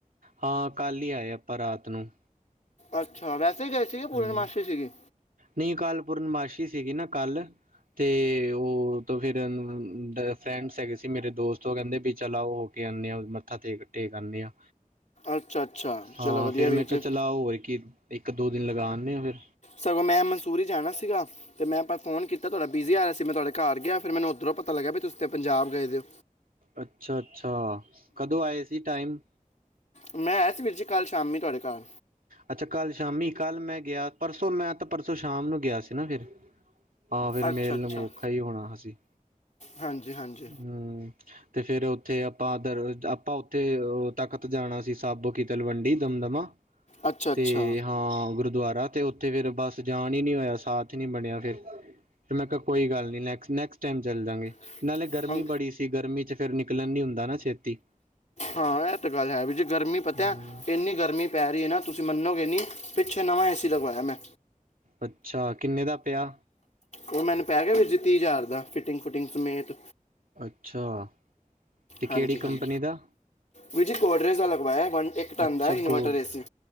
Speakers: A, on the right; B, on the left.
A: ਹਾਂ ਕੱਲ ਹੀ ਆਏ ਆਪਾਂ ਰਾਤ ਨੂੰ
B: ਅੱਛਾ ਵੈਸੇ ਹੀ ਗਏ ਸੀਗੇ ਪੂਰਨਮਾਸ਼ੀ
A: ਹਾਂਜੀ
B: ਸੀਗੀ
A: ਨਹੀਂ ਕੱਲ ਪੂਰਨਮਾਸ਼ੀ ਸੀਗੀ ਨਾ ਕੱਲ ਤੇ ਉਹ ਤਾਂ ਫਿਰ ਫਰੈਂਡਸ ਹੈਗੇ ਸੀ ਮੇਰੇ ਦੋਸਤ ਉਹ ਕਹਿੰਦੇ ਵੀ ਚਲ ਆਓ ਆਨੇ ਆ ਮੱਥਾ ਟੇਕ ਟੇਕ ਆਨੇ ਆ
B: ਅੱਛਾ ਅੱਛਾ
A: ਹਾਂ
B: ਚਲੋ ਵਧੀਆ
A: ਫਿਰ ਮੈਂ
B: ਵੀਰ
A: ਕਿਹਾ
B: ਜੀ
A: ਚਲਾ ਹੋਰ ਕੀ ਇੱਕ ਦੋ ਦਿਨ ਲਗਾਉਣ ਦੇ ਆ ਫਿਰ
B: ਸਗੋਂ ਮੈਂ ਮਨਸੂਰੀ ਜਾਣਾ ਸੀਗਾ ਤੇ ਮੈਂ ਆਪਾਂ ਫੋਨ ਕੀਤਾ ਤੁਹਾਡਾ ਬੀਜੀ ਆ ਰਿਹਾ ਸੀ ਮੈਂ ਤੁਹਾਡੇ ਘਰ ਗਿਆ ਫਿਰ ਮੈਨੂੰ ਉੱਧਰੋਂ ਪਤਾ ਲੱਗਿਆ ਵੀ ਤੁਸੀਂ ਪੰਜਾਬ ਗਏ ਹੋਇ ਹੋ
A: ਅੱਛਾ ਅੱਛਾ ਕਦੋਂ ਆਏ ਸੀ ਟਾਈਮ
B: ਮੈਂ ਆਇਆ ਸੀ ਵੀਰ ਜੀ ਕੱਲ ਸ਼ਾਮੀ ਤੁਹਾਡੇ ਘਰ
A: ਅੱਛਾ ਕੱਲ ਸ਼ਾਮੀ ਕੱਲ ਮੈਂ ਗਿਆ ਪਰਸੋਂ ਮੈਂ ਤਾਂ ਪਰਸੋਂ ਸ਼ਾਮ ਨੂੰ ਗਿਆ ਸੀ ਨਾ ਫਿਰ ਹਾਂ ਫਿਰ
B: ਅੱਛਾ
A: ਮੇਲ
B: ਅੱਛਾ
A: ਨੂੰ ਔਖਾ ਹੀ ਹੋਣਾ ਅਸੀ
B: ਹਾਂਜੀ ਹਾਂਜੀ
A: ਹਮ ਤੇ ਫਿਰ ਉੱਥੇ ਆਪਾਂ ਦ ਆਪਾਂ ਉੱਥੇ ਤਖ਼ਤ ਜਾਣਾ ਸੀ ਸਾਬੋ ਕੀ ਤਲਵੰਡੀ ਦਮਦਮਾ
B: ਅੱਛਾ ਅੱਛਾ
A: ਤੇ ਹਾਂ ਗੁਰਦੁਆਰਾ ਤੇ ਉੱਥੇ ਫਿਰ ਬਸ ਜਾਣ ਹੀ ਨਹੀਂ ਹੋਇਆ ਸਾਥ ਨਹੀਂ ਬਣਿਆ ਫਿਰ ਤੇ ਮੈਂ ਕਿਹਾ ਕੋਈ ਗੱਲ ਨੀ ਨੈਕਸਟ ਨੈਕਸਟ ਟਾਈਮ ਚੱਲ ਜਾਂਗੇ
B: ਹਾਂ।
A: ਨਾਲੇ ਗਰਮੀ ਬੜੀ ਸੀ ਗਰਮੀ ਚ ਫੇਰ ਨਿਕਲਣ ਨੀ ਹੁੰਦਾ ਨਾ ਛੇਤੀ
B: ਹਾਂ ਇਹ ਤੇ ਗੱਲ ਹੈ ਵੀਰ ਜੀ ਗਰਮੀ ਪਤਾ
A: ਹੂੰ
B: ਇੰਨੀ ਗਰਮੀ ਪੈ ਰਹੀ ਹੈ ਨਾ ਤੁਸੀਂ ਮੰਨੋਗੇ ਨਹੀਂ ਪਿੱਛੇ ਨਵਾਂ ਏ ਸੀ ਲਗਵਾਇਆ ਮੈਂ
A: ਅੱਛਾ ਕਿੰਨੇ ਦਾ ਪਿਆ
B: ਉਹ ਮੈਨੂੰ ਪੈ ਗਿਆ ਫ ਤੀਹ ਹਜ਼ਾਰ ਦਾ ਫਿਟਿੰਗ ਫੁਟਿੰਗ ਸਮੇਤ
A: ਅੱਛਾ ਅਤੇ ਕਿਹੜੀ
B: ਹਾਂਜੀ ਹਾਂਜੀ
A: ਕੰਪਨੀ ਦਾ
B: ਵੀਰ ਜੀ ਕੋਡਰੇਜ ਦਾ ਲਗਵਾਇਆ ਵ ਇੱਕ ਟਨ
A: ਅੱਛਾ
B: ਦਾ ਇਨਵਰਟਰ
A: ਗੋਦ
B: ਏ ਸੀ